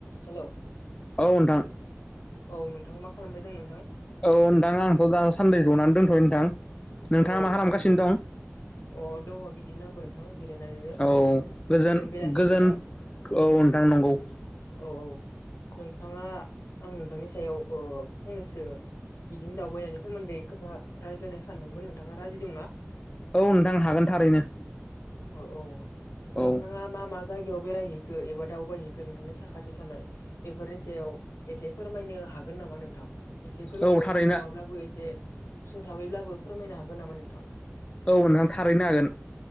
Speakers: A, on the left; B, on the left.
A: हेल'।
B: औ नोंथां
A: औ नोंथां मा खालामबाय दं नोंथां।
B: औ नोंथां आंथ' दासान्दै जनानै दोनथ' नोंथां नोंथाङा
A: औ
B: मा खालामगासिनो दं।
A: अ दङ बिदि नांबो नोंथां जिरायनानैनो।
B: औ गोजोन
A: बेलासि
B: गोजोन
A: नोंथां
B: औ नोंथां नंगौ।
A: औ औ नोंथाङा आं नोंथांनि सायाव फंनैसो। बिदिनो दावबायनायनि सोमोन्दै खोथा रायज्लायनो सानदोंमोन नोंथाङा राजायि दंना।
B: औ नोंथां हागोन थारैनो।
A: औ औ नोंथाङा
B: औ
A: मा मा। जायगायाव बेरायहैखो एबा दावबायहैखो नोंथांनि साखाथियाव थानाय बेफोरनि सायाव एसे फोरमायनो। हागोन नामा नोंथां। एसे गोलावै
B: औ थारैनो
A: नङाब्लाबो एसे सुंथाबैब्लाबो फोरमायनो हागोन नामा नोंथां।
B: औ नोंथां थारैनो हागोन।